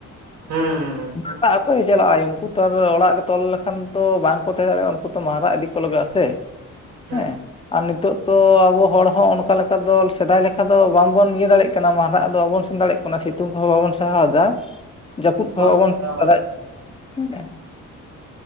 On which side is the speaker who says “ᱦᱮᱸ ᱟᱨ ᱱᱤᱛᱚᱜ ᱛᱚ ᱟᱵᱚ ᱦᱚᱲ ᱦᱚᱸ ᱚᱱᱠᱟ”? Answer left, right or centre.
Left